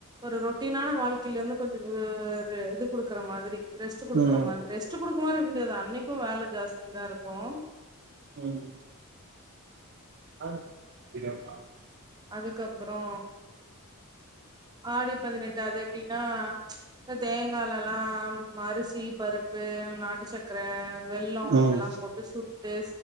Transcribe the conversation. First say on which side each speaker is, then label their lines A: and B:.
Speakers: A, on the right; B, on the right.
A: ஒரு ரொட்டீனான வாழ்க் கைலேந்து கொஞ்சோ வ ஒரு இது குடுக்குற மாதிரி ரெஸ்ட் குடுக்குற
B: ம்
A: மாதிரி ரெஸ்ட் குடுக்க மாறி முடியதா இன்னைக்கு வேல ஜாஸ்தி தா ருக்கு
B: ம் <unintelligible>
A: அதுக்கப்றோ ஆடி பதினெட்டு அது எப்டின்னா தேங்காலல்லா அரிசி பருப்பு நாட்டு சக் கர வெள்ளோ
B: ம்
A: இதெல்லா போட்டு சுட்டு